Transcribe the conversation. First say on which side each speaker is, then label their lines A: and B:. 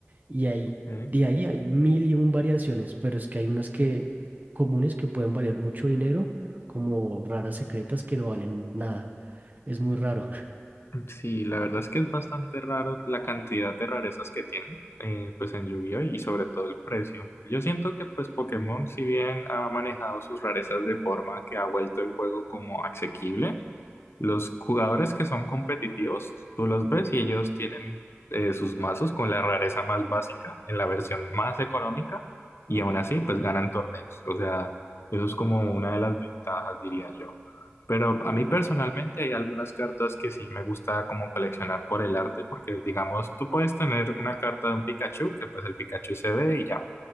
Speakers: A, on the right; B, on the left.
A: Y ahí,
B: ok.
A: de ahí hay mil y un variaciones, pero es que hay unas que comunes que pueden valer mucho dinero, como raras secretas que no valen nada. Es muy raro. <laughs>
B: Mm, Sí, la verdad es que es bastante raro la cantidad de rarezas que tienen, eh, pues en Yu-Gi-Oh! y sobre todo el precio. Yo siento que pues Pokémon, si bien ha manejado sus rarezas de forma que ha vuelto el juego como asequible, los jugadores que son competitivos, tú los ves y ellos tienen eh, sus mazos con la rareza más básica en la versión más económica y aún así pues ganan torneos. O sea, eso es como una de las ventajas, diría yo. Pero a mí personalmente hay algunas cartas que sí me gusta como coleccionar por el arte, porque digamos, tú puedes tener una carta de un Pikachu, que pues el Pikachu se ve y ya